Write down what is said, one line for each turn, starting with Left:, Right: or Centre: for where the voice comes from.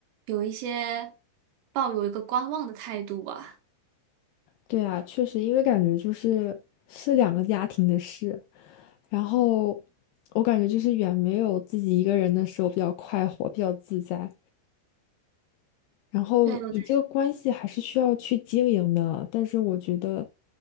Right: 有一些抱有一个观望的态度吧。
Left: 对啊，确实，因为感觉就是是两个家庭的事，然后我感觉就是远没有自己一个人的时候比较快活，比较自在。然后你这个关系还是需要去经营的，
Right: 对，
Left: 但是我觉得，